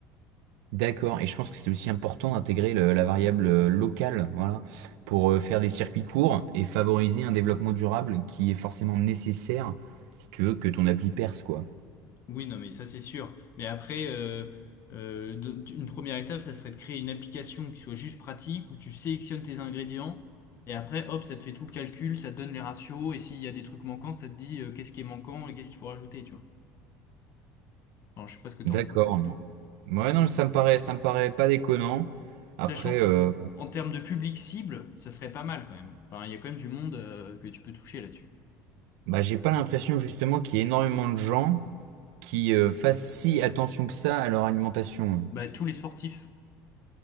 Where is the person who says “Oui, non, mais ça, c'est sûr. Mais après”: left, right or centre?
Left